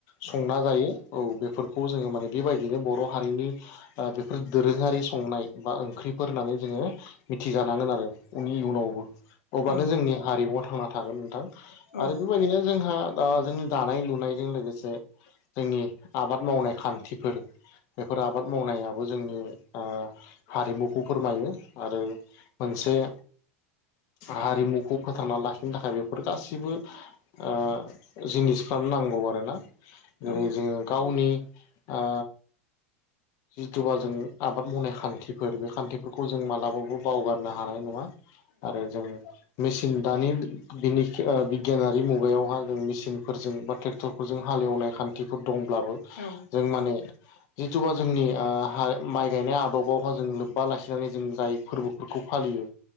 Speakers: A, on the left; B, on the left.
A: संना जायो। औ बेफोरखौ जोङो माने बेबायदिनो बर' हारिनि ओ बेफोर दोरोङारि संनाय बा ओंख्रिफोर होननानै जोङो मिथिजानांगोन आरो उनि इयुनावबो अब्लानो
B: औ
A: जोंनि हारिमुआव थांना थागोन नोंथां
B: औ
A: आरो बेबायदिनो जोंहा दा जोंनि दानाय लुनायजों लोगोसे जोंनि आबाद मावनाय खान्थिफोर बेफोर आबाद मावनाया खौ जोंनि ओ हारिमुखौ फोरमायो आरो मोनसे हारिमुखौ फोथांना लाखिनो थाखाय बेफोर गासिबो ओ जिनिसफ्रानो नांगौ आरो ना
B: औ
A: जेरै जोङो गावनि ओ जिथुबा जों आबाद मावनाय खान्थिफोर बे खान्थिफोरखौ जों मालाबाबो बावगारनो हानाय नङा। आरो जों मेचिन दानि बिनि ओ बिगियानारि मुगायावहा जों मेसिनफोरजों बा ट्रेक्टरफोरजों हालेवनाय खान्थिफोर दंब्लाबो।
B: औ
A: जों माने जिथुबा जोंनि माइ गायनाय आदबावहााय जों लोब्बा लाखिनानै जों जाय फोरबोफोरखौ फालियो।